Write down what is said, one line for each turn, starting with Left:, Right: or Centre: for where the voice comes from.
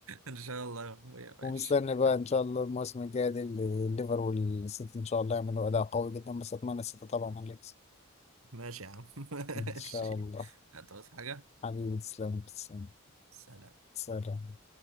Right: ان شاء الله يا اخويا
Left: ومستني
Right: ماشي
Left: بقى
Right: يلا
Left: ان شاء الله الموسم الجاي دي اللي- الليفر والسيتي ان شاء الله يعملوا اداء قوي جدا بس اتمنى السيتي طبعا هنكسب
Right: ماشي يا عم <laughs> ماشي
Left: ان شاء الله
Right: هتعوز حاجه
Left: حبيبي تسلم تسلم
Right: سلام
Left: سلام